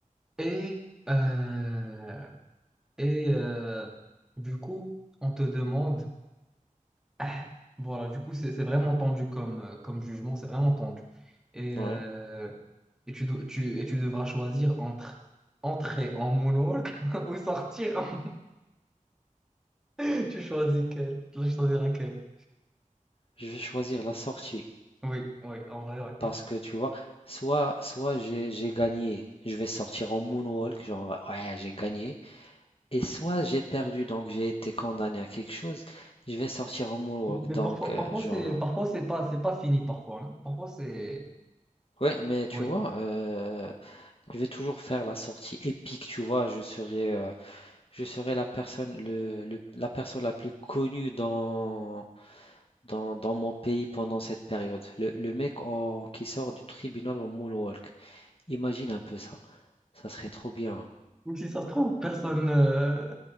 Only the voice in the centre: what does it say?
et, euh, et euh, du coup, on te demande. Ah, Voilà, du coup, c'est c'est vraiment tendu comme, euh, comme jugement, c'est vraiment tendu. Et, euh,
et, tu, do- tu, et tu devras choisir entre entrer en monologue <laughs> ou sortir en... <laughs> Tu choisis quel, tu dois choisir laquelle.
Oui, oui, en vrai, ouais.
Mais mais
parfois,
parfois
c'est
parfois c'est pas c'est pas fini parfois, non? Parfois c'est
oui.
Ou si ça se trouve, personne euh,